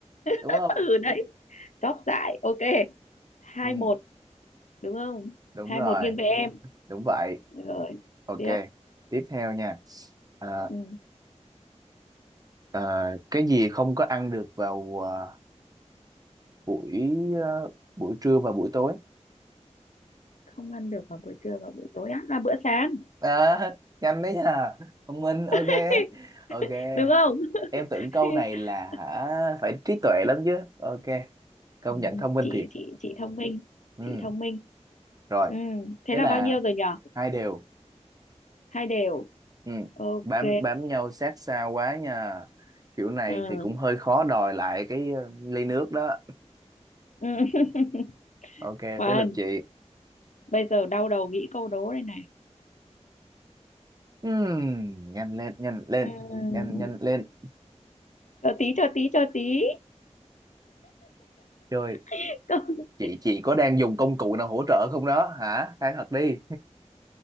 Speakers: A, on the right; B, on the left.
A: đúng
B: <laughs>
A: không
B: ừ đấy chóp dại ok hai
A: ừ,
B: một đúng không
A: đúng
B: hai
A: rồi
B: một nghiêng về em
A: đúng vậy
B: rồi
A: ok
B: tiếp
A: tiếp theo nha à,
B: ừ.
A: <clears throat> à, cái gì không có ăn được vào à, buổi à, buổi trưa và buổi tối
B: không ăn được vào buổi trưa và buổi tối ăn vào bữa sáng
A: à, <laughs> nhanh đấy nha thông minh ok
B: <laughs>
A: ok
B: đúng không
A: em tưởng câu
B: <laughs>
A: này là hả phải trí tuệ lắm chứ ok công
B: ừ.
A: nhận thông minh
B: chị
A: thiệt
B: chị chị thông minh
A: ừ
B: chị thông minh
A: rồi
B: ừ. thế
A: thế
B: là
A: là
B: bao nhiêu rồi nhở
A: hai đều
B: hai đều
A: ừ
B: ok
A: bám bám nhau sát sao quá nha kiểu này
B: đúng rồi
A: thì cũng hơi khó đòi lại cái ờ, ly nước đó
B: ừ. ừ. <laughs>
A: ok
B: khoan
A: tới lượt chị
B: bây giờ đau đầu nghĩ câu đố đây này
A: ừ nhanh lên nhanh lên
B: ừ.
A: nhanh nhanh lên
B: chờ tí chờ tí chờ tí
A: chơi
B: <laughs> Câu-
A: chị chị có đang dùng công cụ nào hỗ trợ không đó hả khai thật đi